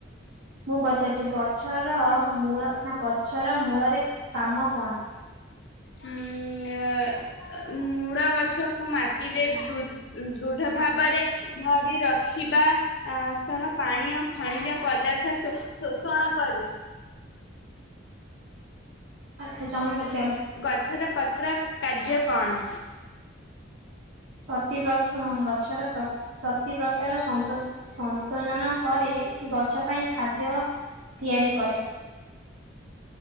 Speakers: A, on the right; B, on the left.
A: ମୁଁ ପଚାର ଗଛର ମୂଳ ନା ଗଛର ମୂଳରେ କାମ କଣ?
B: ଉଁ ଆ ମୂଡ ଗଛକୁ ମାଟିରେ ଧୃଦ୍ ଦୃଢ ଭାବରେ ଧରି ରଖିବା ସହ ପାଣି ଓ ଖଣିଜ ପଦାର୍ଥ ଶ-ଶୋଷଣ କରେ।
A: ଆଛା ତମେ ପଚାର।
B: ଗଛର ପତ୍ର କାର୍ଯ୍ୟ କଣ୍?
A: ପ୍ରତି ପ୍ର ଗଛର ପ୍ରତି ପ୍ରକାର ସ-ସଂଶୋଜନ କରି ଗଛ ପାଇଁ ଖାଦ୍ୟ ତିଆରି କରେ।